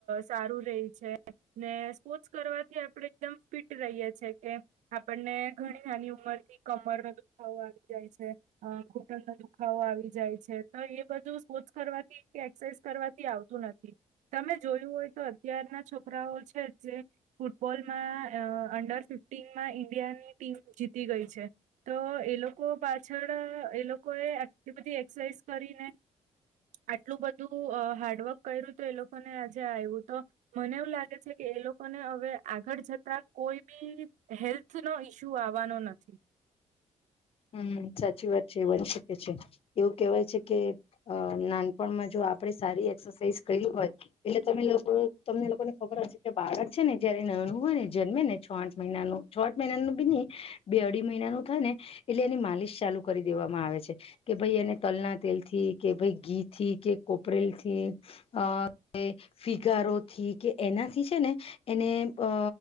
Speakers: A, on the right; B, on the left.
A: સારું રે છે. ને સ્પોર્ટ્સ કરવાથી આપણેે એકદમ ફિટ રહીયએ છેએ કે આપણને ઘણી નાની ઉંમર થી કમર ન દુખાવો આવી જાય છે. અ ઘૂટણનો દુખાવો આવી જાય છે તો એ બધું સ્પોટ્સ કરવાથી એક્સરસાઇઝ કરવાથી આવતું નથી. તમે જોયું હોય તો અત્યારના છોકરાઓ છે જે ફૂટબોલમાં અંડર ફિફ્ટીનમાં ઈન્ડિયાની ટીમ જીતી ગઈ છે. તો એ લોકો પાછળ એ લોકો એ આટલી બધી એક્સરસાઇઝ કરીને. આટલું બધું હાર્ડવર્ક કર્યું હત એ લોકોને આજે આવ્યું તો. મને એવું લાગે છે કે એ લોકોને હવે આગળ જતા કોઈ બી હેલ્થ નો ઈસ્યુ આવવાનો નથી.
B: હમ સાચી વાત છે એ બની શકે છે, એવું કેવાય છે કે અ નાનપણમાં જો આપડે સારી એક્સરસાઇઝ કરી હોય. એટલે તમે લોકો તમને લોકોને ખબર હશે કે બાળક છે ને જયારે નણું હોય ને જન્મે ને છ આઠ મહિનાનું. છોઠ મહિનાનું બી નહી બે અઢી મહિનાનું થાય ને એટલે એની માલિશ ચાલુ કરી દેવામાં આવે છે. કે ભાઈ એને તલના તેલ થી કે ભાઈ ઘી થી કે કોપરેલ થી. અ તે ફિગારોથી કે એનાથી છે ને, એને અ